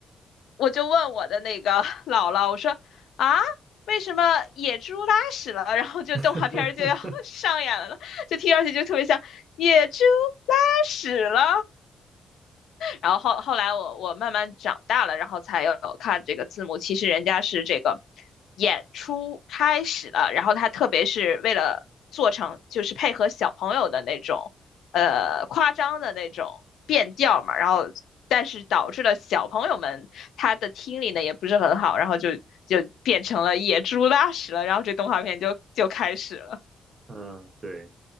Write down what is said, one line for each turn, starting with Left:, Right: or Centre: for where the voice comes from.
Left: 我就问我的那个 <laughs> 姥姥，我说啊，为什么野猪拉屎了，<laughs> 然后就动画片儿就要
Right: <laughs> 哈哈哈哈
Left: <laughs> 上演了呢？就听上去就特别像野猪拉屎了。然后后后来我我慢慢长大了，然后才有看这个字幕。其实人家是这个演出开始了，然后他特别是为了做成就是配合小朋友的那种呃夸张的那种变调嘛，然后但是导致了小朋友们他的听力呢也不是很好，然后就就变成了野猪拉屎了，然后这动画片就就开始了，
Right: 哈嗯 <laughs>，对。